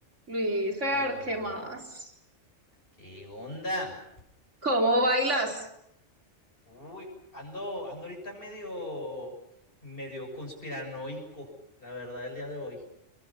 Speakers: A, on the right; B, on the left.
A: Luisfer,
B: Aló, aló.
A: ¿qué más?
B: ¿Qué onda?
A: ¿Cómo bailas?
B: Uy, ando, ando ahorita medio, medio conspiranoico, la verdad, el día de hoy.